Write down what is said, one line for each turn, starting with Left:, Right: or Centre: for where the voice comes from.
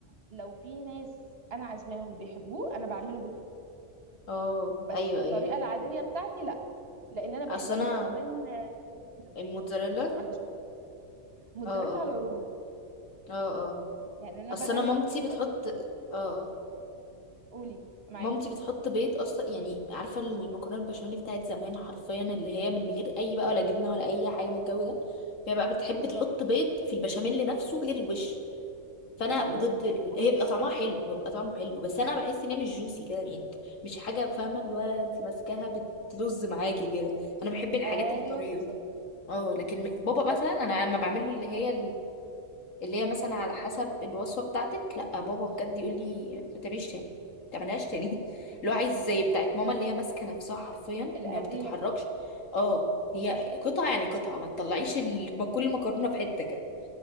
Right: لو في ناس انا عازماهم بيحبوه انا بعمله
Left: اه
Right: بس
Left: ايوه
Right: الطريقه
Left: ايوه
Right: العاديه بتاعتي لا لان انا بحب
Left: اصل انا
Right: احط كمان آه، جبنه
Left: الموتزاريلا
Right: على الوش موتزاريلا
Left: اه اه
Right: على رومي
Left: اه اه
Right: يعني انا
Left: اصل
Right: بدل
Left: انا مامتي
Right: ما احط بيض
Left: بتحط اه آه.
Right: قولي معاكي
Left: مامتي بتحط بيض اصلا يعني عارفه المكرونه البشاميل بتاعت زمان حرفيا اللي هي من غير اي بقى ولا جبنه ولا اي حاجه من الجو ده فهي بقى بتحب
Right: بالظبط
Left: تحط بيض في البشاميل نفسه غير الوش فانا
Right: ايوه
Left: ضد ال...
Right: انا
Left: هي
Right: عارفة.
Left: بيبقى طعمها حلو هو بيبقى طعمه حلو بس انا بحس ان هي مش جوسي
Right: مم.
Left: كده يعني مش حاجه فاهمه اللي هو انت ماسكاها بتلز معاكي كده انا بحب الحاجات
Right: ايوه
Left: الطريه
Right: بالظبط
Left: اه لكن م- بابا
Right: بالظبط
Left: مثلا انا لما بعمل له اللي هي اللي هي مثلا على حسب الوصفة بتاعتك لا بابا بجد يقول لي
Right: مم.
Left: ما تعمليش تاني ما تعملهاش تاني <laughs> اللي هو عايز زي بتاعت ماما اللي هي ماسكة نفسها حرفيا
Right: القديمه
Left: ما بتتحركش اه هي قطعة يعني قطعة ما تطلعيش ال- ما كل مكرونة في حتة كده